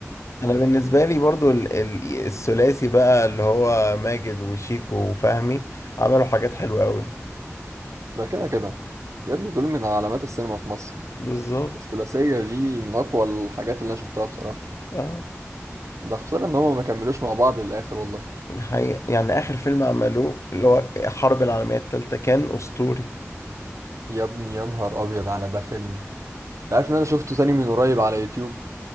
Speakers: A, on the left; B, on the right.
A: انا بالنسبة لي برضو ال- ال- الثلاثي بقى اللي هو ماجد وشيكو وفهمي عملوا حاجات حلوة قوي
B: ده كده كده يا ابني دول من علامات السينما في مصر
A: بالظبط
B: الثلاثية دي من أقوى الحاجات اللي أنا شفتها بصراحة
A: اه
B: ده خسارة إن هما ما كملوش مع بعض للآخر والله
A: دي حقيقة يعني آخر فيلم عملوه اللي هو الحرب العالمية التالتة كان أسطوري
B: يا ابني يا نهار أبيض على ده فيلم انت عارف ان انا شفته تاني من قريب على يوتيوب